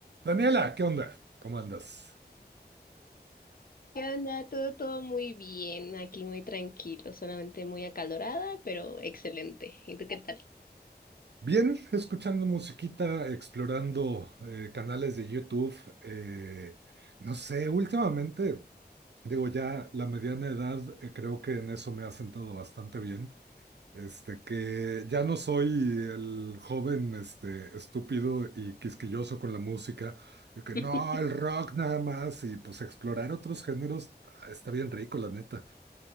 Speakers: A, on the right; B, on the left.
A: Daniela, ¿qué onda? ¿Cómo andas?
B: ¿Qué onda? Todo, todo muy bien, aquí muy tranquilo, solamente muy acalorada, pero excelente. ¿Y tú qué tal?
A: Bien, escuchando musiquita, explorando eh, canales de YouTube. eh, no sé, últimamente, digo, ya la mediana edad, eh, creo que en eso me ha sentado bastante bien. Este, que ya no soy el joven, este, estúpido y quisquilloso con la música, de que no,
B: <laughs>
A: el rock nada más, y pues explorar otros géneros ah, está bien rico, la neta.